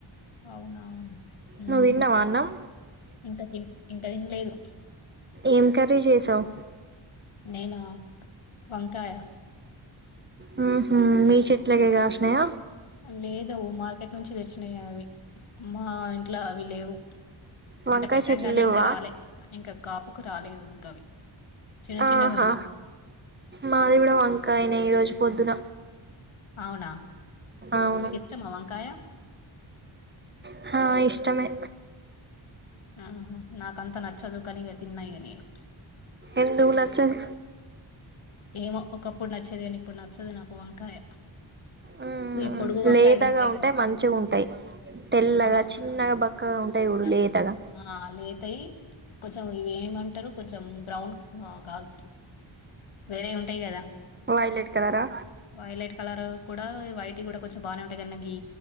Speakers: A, on the left; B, on the right.
A: అవునా ఉహు
B: నువ్వు తిన్నావా అన్నం
A: ఇంకా తిన్ ఇంకా తినలేదు
B: ఏం కర్రీ చేసావు
A: నేనా వంకాయ
B: హుహు మీ చెట్లకే కాసినయ
A: లేదు మాక్ నుంచి తెచ్చినాయి అవి మా ఇంట్లో అవి లేవు
B: వంకాయ
A: అంటే పెట్టాం
B: చెట్లు
A: గాని
B: లేవవా
A: ఇంకా రాలే ఇంకా కాపుకు రాలేదు ఇంకా అవి చిన్న
B: ఆహా
A: చిన్నగా ఉన్నాయి
B: మాది కూడా వంకాయనే ఈ రోజు పొద్దున
A: అవునా
B: అవును
A: మీకు ఇష్టమా వంకాయ
B: ఆహా ఇష్టమే
A: ఆహా నాకు అంత నచ్చదు కానిగా తిన్న ఇగ నేను
B: ఎందుకు నచ్చద్
A: ఏమో ఒకప్పుడు నచ్చేది కాని ఇప్పుడు నచ్చదు నాకు వంకాయ
B: ఉ
A: ఈ పొడుగు వంకాయలు
B: లేతగా
A: ఉంటాయి
B: ఉంటే
A: కదా
B: మంచిగా ఉంటాయి తెల్లగా
A: ఆ
B: చిన్నగా బక్కగా ఉంటాయి చూడు
A: నాకు
B: లేతగా
A: ఆ లేతయి కొంచెం ఇవి ఏమంటారు కొంచెం బ్రౌన్ ఆ కాదు వేరే ఉంటాయి కదా
B: వైలెట్ కలరా
A: వైలైట్ కలర్ కూడా వైట్ కూడా కొంచెం బాగానే ఉంటాయి గానీ గి